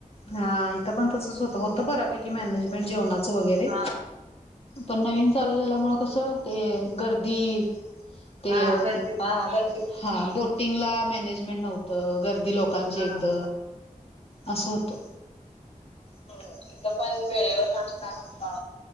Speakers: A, on the left; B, on the right.
A: हा इथं पण तसंच होत, होत बऱ्यापैकी मॅनेजमेंट जेवणाचं वगैरे.
B: हा
A: पण नवीन चालू झाल्यामुळे, कसं ते गर्दी. ते
B: हा गर्दी होती
A: हा गर्दी हा. बोटिंगला मॅनेजमेंट नव्हतं, गर्दी लोकांची
B: हा
A: एकद असं होतं. बर इथं पण वेळेवर नाश्ता नव्हता.